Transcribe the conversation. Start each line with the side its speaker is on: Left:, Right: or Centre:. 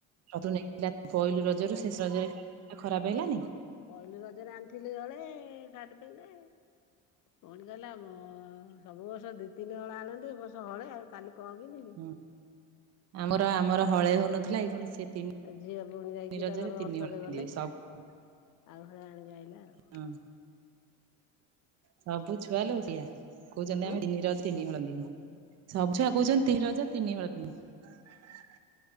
Right: ତୁ ନେଇଥିଲା ପହିଲୁ ରଜରୁ ସେଷ ରଜରେ <inaudible> ଖରାପ ହେଲାନି।
Left: ପହିଲି ରଜରେ ଆଣିଥିଲି ହଳେ ସାର୍ଟ ପେଣ୍ଟ। ପୁଣି କହିଲା ମ ସବୁ ବର୍ଷ ଦି ତିନିହଳ ଆଣନ୍ତି ଏ ବର୍ଷ ହଳେ ଆଉ କାଲି କଣ ପିନ୍ଧିବି?
Right: ହୁଁ ଆମର ଆମର ହଳେ ହଉନଥିଲା ଏଇ ପୁଣି ସେ ତିନି
Left: ଆ ଝିଅ ପୁଣି ଯାଇକି
Right: ତିନି ରଜରେ
Left: ତାଙ୍କର
Right: ତିନି
Left: ଅଟୋରେ
Right: ହଳ ପିନ୍ଧିବେ
Left: ଗଲେ
Right: ସବୁ
Left: ଆଉ ହଳେ ଆଣିିକି ଆାଇଲା ଆଉ।
Right: ହଁ ସବୁ ଛୁଆ ଲୋ ସେଇଆ କହୁଛନ୍ତି ଆମେ
Left: ଉଁ
Right: ତିନି ରଜ ତିନିହଳ ପିନ୍ଧିବ ସବୁ ଛୁଆ କହୁଛନ୍ତି ତିନି ରଜ ତିନିହଳ ପିନ୍ଧିବୁ।